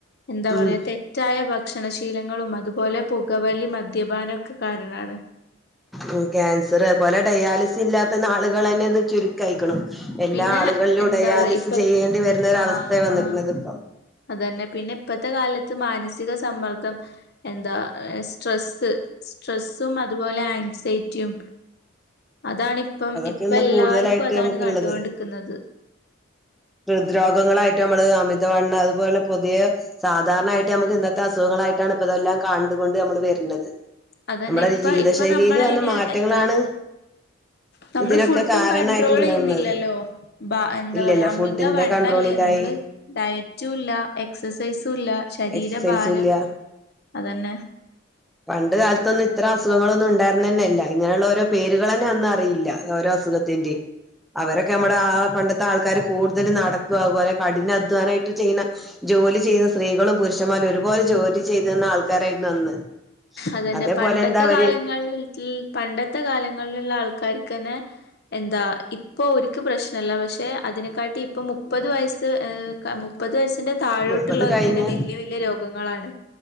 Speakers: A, on the left; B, in the centre.
A: എന്താ
B: ഉം
A: പറയ ത തെറ്റായ ഭക്ഷണശീലങ്ങളും അതുപോലെ പുകവലി മദ്യപാനൊക്കെ കാരണാണ്.
B: ഉം ക്യാൻസർ അതുപോലെ ഡയാലിസി ഇല്ലാത്ത നാളുകൾ തന്നെന്ന് ചരു കായിക്ക്ണ് എല്ലാ
A: പിന്നെ
B: ആളുകളിലും
A: എന്താ
B: ഡയാലിസ്
A: പറയാ ഇപ്പ
B: ചെയ്യേണ്ടി വരുന്ന ഒര
A: ആഹ്
B: അവസ്ഥയ വന്ന്ക്ക്ണ്
A: ആഹ്
B: ഇപ്പൊ
A: അതന്നെ പിന്നെ ഇപ്പത്തെ കാലത്ത് മാനസിക സമ്മർദ്ദം. എന്താ സ്ട്രെസ്സ് സ്ട്രെസ്സും അതുപോലെ ആൻസൈറ്റിയും. അതാണ് ഇപ്പം
B: അതൊക്കെ
A: ഇപ്പ
B: ഇന്ന്
A: എല്ലാർക്കും
B: കൂടുതലായിട്ട്
A: അതാണ്
B: നമുക്കുള്ളത്
A: കണ്ടുകൊണ്ടിക്കുന്നത്.
B: ഹൃദ്രോഗങ്ങളായിട്ട് നമ്മള് അമിതവണ് അതുപോലെ പുതിയ സാധാരണായിട്ട് നമുക്ക് ഇന്നത്തെ അസുഖങ്ങളായിട്ടാണ് ഇപ്പ അതെല്ലാം കണ്ടു കൊണ്ട് നമ്മള് വരുന്നത്.
A: അതന്നെ
B: നമ്മുടെ
A: ഇപ്പ
B: ഒരു ജീവിത
A: ഇപ്പൊ
B: ശൈലിയിയില്
A: നമ്മളയിന്
B: വന്ന മാറ്റങ്ങളാണ്.
A: എന്താ നമ്മള്
B: ഇതിനൊക്കെ
A: ഫുഡും
B: കാരണായിട്ടുള്ളത്
A: കൺണ്ട്രോൾ ചെയ്യുന്നില്ലല്ലോ എന്താ
B: ഇല്ലല്ല
A: പറയാമ്മ
B: ഫുഡിന്റെ
A: മിതാ വണ്ണല്ലേ
B: കൺട്രോളിലായി
A: നമ്മള്. ഡയറ്റും ഇല്ല എക്സസൈസും ഇല്ല ശരീരഭാരം
B: എക്സസൈസും ഇല്ല
A: അതന്നെ. <inaudible>
B: പണ്ട് കാലത്തൊന്നും ഇത്രം അസുഖങ്ങളൊന്നും ഉണ്ടായിരുന്ന തന്നെയ അല്ല ഇങ്ങനെയുള്ള ഓരോ പേരുകൾന്നെ അന്ന അറിയില്ലഓരോ അസുഖ ത്തിന്റിം അവരൊക്കെ നമ്മടെ
A: അതന്നെ
B: ആഹ് പണ്ടത്തെ ആൾക്കാർ കൂടുതലും നടക്ക അതുപോലെ കഠിന അധ്വാനായിട്ട് ചെയ്യുന്ന ജോലി ചെയ്തിരുന്ന സ്ത്രീകളും പുരുഷന്മാരും ഒരുപോലെ ജോലി ചെയ്തന്ന ആൾക്കാരായിട്ട് അന്ന്.
A: അതന്നെ
B: അതേപോലെ
A: പണ്ടത്തെ
B: എന്താ അവര്
A: കാലങ്ങളിൽ വീട്ടിൽ പണ്ടത്തെ കാലങ്ങളിലുള്ള ആൾക്കാർക്ക്ന്നെ എന്താ ഇ ഇപ്പൊ ഒര്ക്ക് പ്രശ്നല്ല പക്ഷെ അതിനെക്കാട്ടി ഇപ്പൊ മുപ്പത് വയസ്സ് ആഹ് മുപ്പത് പ്പത് വയസിന്റെ താഴോട്ടുള്ളവര്ക്കെന്നെ
B: മുപ്പത് കഴിഞ്ഞ
A: വെല്ല്യെ വെല്ല്യെ രോഗങ്ങളാണ്.